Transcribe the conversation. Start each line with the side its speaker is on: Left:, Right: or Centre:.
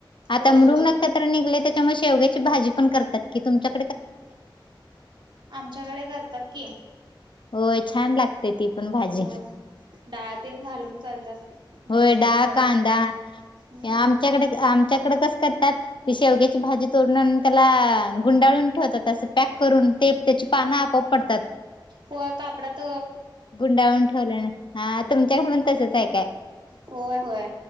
Left: आता
Right: होय
Left: मृग
Right: होय
Left: नक्षत्र निघलंय त्याच्यामुळे शेवग्याची भाजी पण करतात कि तुमच्या
Right: आमच्याकडे करतात कि
Left: होय छान लागते ती पण भाजी
Right: होय. डाळ तेन घालून करतात मिरची
Left: होय डाळ
Right: जरा
Left: कांदा
Right: हम्म.
Left: आमच्याकडे आमच्याकडे कस करत्यात ती शेवग्याची भाजी करून आणून त्याला गुंडाळून ठेवतात असं पॅक करून ते त्याची पानं आपोआप पडतात
Right: होय कापडात
Left: गुंडाळून ठेवल्या हा तुमच्याकडे
Right: हम्म
Left: मण तसच हाय
Right: होय होय